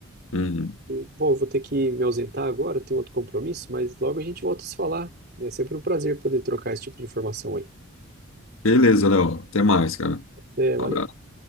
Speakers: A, on the left (about 70°); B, on the right (about 50°).
A: Uhum.
B: E, bom, eu vou ter que me ausentar agora, tenho outro compromisso, mas logo a gente volta a se falar. É sempre um prazer poder trocar esse tipo de informação aí.
A: Beleza, Léo. Até mais, cara.
B: É, valeu.
A: Um Abraço.